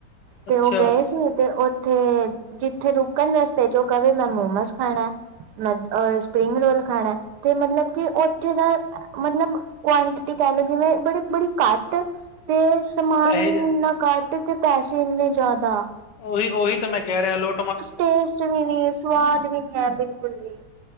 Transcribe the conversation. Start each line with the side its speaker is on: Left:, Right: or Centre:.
Right: ਤੇ
Left: ਅੱਛਾ
Right: ਉਹ ਗਏ ਸੀ ਤੇ ਉਹ ਤੇ ਜਿੱਥੇ ਰੁਕਣ ਰਸਤੇ ਚ। ਉਹ ਕਵੇ ਮੈਂ ਮੋਮੋਸ ਖਾਣਾ। ਹੁੰ ਮੈਂ ਸਪਰਿੰਗ ਰੋਲ ਖਾਣਾ ਤੇ ਮਤਲਬ ਕਿ ਉੱਥੇ ਦਾ। ਮਤਲਬ ਕੁਆਂਆਂਟਿਟੀ ਕਹਿ ਲਓ ਜਿਵੇਂ ਬੜੇ ਬੜੀ ਘੱਟ ਤੇ ਸਮਾਨ
Left: ਪੈਸੇ
Right: ਵੀ ਇਨਾ ਘੱਟ, ਤੇ ਪੈਸੇ ਇੰਨੇ ਜ਼ਿਆਦਾ।
Left: ਉਹੀ, ਉਹੀ ਤਾਂ ਮੈਂ ਕਹਿ ਰਿਹਾ ਲੋ
Right: ਟੇਸਟ ਵੀ ਨੀ ਹੈ, ਸਵਾਦ ਵੀ ਨੀ ਹੈ ਬਿਲਕੁਲ ਵੀ